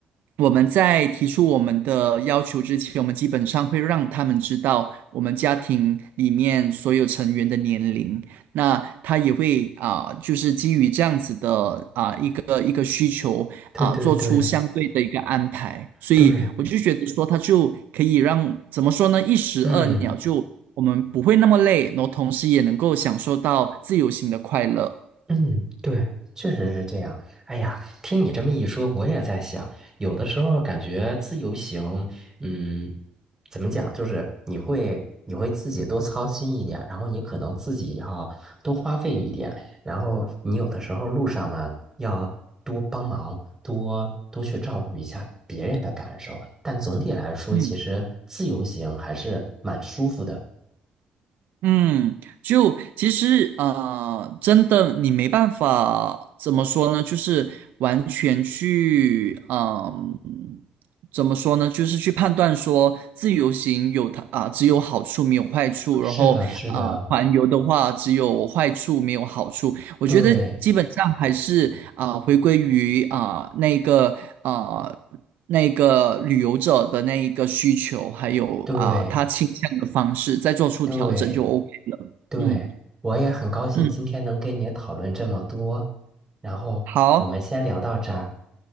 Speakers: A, on the right; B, on the right.
A: 我们在提出我们的要求之前，我们基本上会让他们知道我们家庭里面所有成员的年龄。那他也会啊、就是基于这样子的啊、一个一个需求啊、
B: 对对对
A: 做出相对的一个安排。所以我就觉得说，
B: 对，
A: 他就可以让怎么说呢，一石二鸟就。
B: 嗯。
A: 我们不会那么累，然后同时也能够享受到自由行的快乐。
B: 嗯，对，确实是这样。哎呀，听你这么一说，我也在想，有的时候感觉自由行，嗯，怎么讲，就是你会你会自己多操心一点，然后你可能自己要多花费一点，然后你有的时候路上呢要多帮忙，多多去照顾一下别人的感受。但总体来说，
A: 嗯。
B: 其实自由行还是蛮舒服的。
A: 嗯，就其实啊，真的你没办法怎么说呢？就是完全去嗯、怎么说呢？就是去判断说自由行有它啊、只有好处没有坏处，
B: 是的，
A: 然后啊、
B: 是的，
A: 团游的话只有坏处没有好处。我觉得基本上还是啊、
B: 对
A: 呃回归于啊、呃那个啊那个旅游者的那一个需求，还有啊、
B: 对。
A: 呃他倾向的方式，再做出调整就
B: 对
A: OK 了。
B: 对，
A: 嗯
B: 我也很高兴今天能跟你讨论这么多，
A: 嗯，
B: 然后我们先聊到这儿，
A: 好